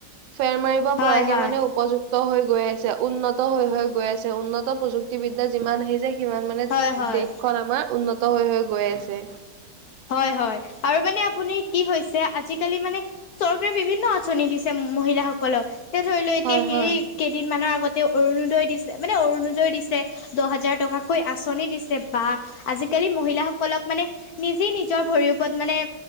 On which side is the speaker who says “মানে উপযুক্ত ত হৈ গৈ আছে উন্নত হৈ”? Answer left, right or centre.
Right